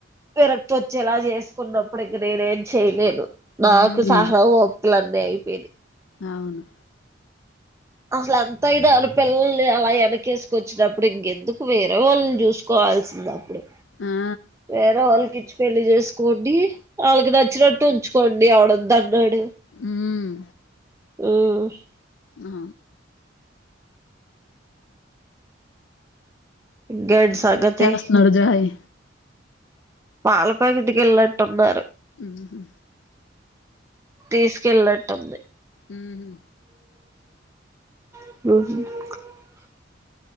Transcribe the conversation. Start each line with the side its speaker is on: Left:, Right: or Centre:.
Right: విరక్తొచ్చేలా చేసుకున్నప్పుడు ఇక నేనేం చేయలేను
Left: హ్మ్
Right: నాకూ సహవో క్లన్నీ అయిపోయినయి
Left: అవును
Right: అసలు ఎంత అయిదారు పిల్లల్ని అలా వెనకేసుకొచ్చినప్పుడు ఇంకెందుకు వేరే వాళ్ళని చూసుకోవా వాల్సింది అప్పుడే
Left: ఆ
Right: వేరేవాళ్ళకిచ్చు పెళ్లి చేసుకోండి వాళ్ళకి నచ్చినట్టు ఉంచుకోండి ఎవడు వద్దు అన్నాడు
Left: హ్మ్
Right: హ్మ్
Left: ఆ
Right: ఇంకేంటి సంగతి
Left: వెయిట్ చేస్తున్నాడు జోయ్
Right: పాల ప్యాకెట్ కి వెళ్ళట్టున్నారు
Left: ఊహు
Right: తీసుకెళ్ళట్టుంది
Left: ఉహు
Right: <unintelligible>